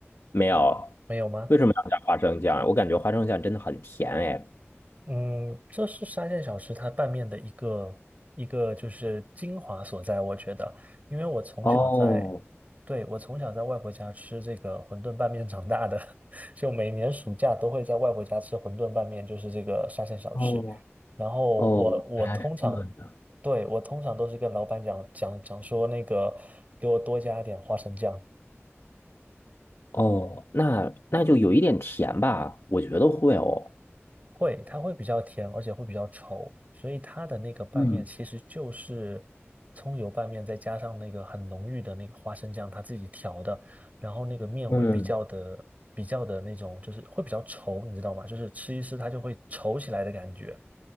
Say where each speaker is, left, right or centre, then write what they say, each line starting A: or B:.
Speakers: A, on the left; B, on the right.
A: 没有，
B: 没有吗？
A: 为什么要加花生酱？我感觉花生酱真的很甜哎。
B: 嗯，这是沙县小吃它拌面的一个一个就是精华所在，我觉得，因为我从小在，
A: 哦
B: 对，我从小在外婆家吃这个馄饨拌面长大的，<laughs> 就每年暑假都会在外婆家吃馄饨拌面，就是这个沙县小吃。
A: 哦
B: 然后我我通常，
A: 哦，原来是这样。
B: 对，我通常都是跟老板讲讲讲说那个给我多加一点花生酱，
A: 哦，那那就有一点甜吧，我觉得会哦。
B: 会，它会比较甜，而且会比较稠，所以它的那个拌面其实就是葱油拌面，
A: 嗯
B: 再加上那个很浓郁的那个花生酱，它自己调的，然后那个面会比较的比较的那种，
A: 嗯。
B: 就是会比较稠，你知道吗？就是吃一吃它就会稠起来的感觉。